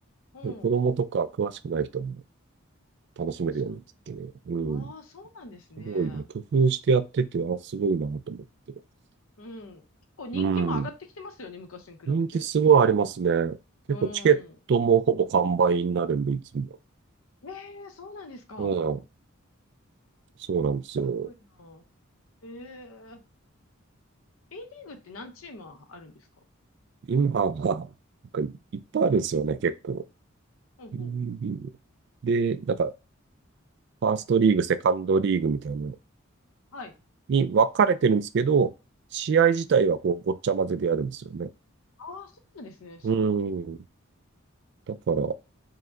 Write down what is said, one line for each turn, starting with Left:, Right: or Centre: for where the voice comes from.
Left: ほ
Right: 子供とか詳しくない人も楽しめるようになってて、
Left: う。確かに。
Right: うん、
Left: ああ、そうなんですね。
Right: すごいね、工夫してやってて、あ、すごいなと思って。
Left: うん。結構人気も上がってきてますよね、
Right: うん、
Left: 昔に比べて。
Right: 人気すごいありますね。
Left: うん。
Right: 結構チケットもほぼ完売になるんで、いつも。
Left: ええ、そうなんですか。
Right: うん、そうなんですよ。
Left: すごいな。ええ A リーグって何チームあるんですか
Right: 今は、なんかいっぱいあるんですよね、結構。
Left: ほうほう。
Right: うんで、なんか、ファーストリーグ、セカンドリーグみたいな
Left: はい。
Right: に分かれてるんですけど、試合自体はこうごっちゃ混ぜでやるんですよね。
Left: ああ、そうなんですね。知らなかっ
Right: うーん。だから、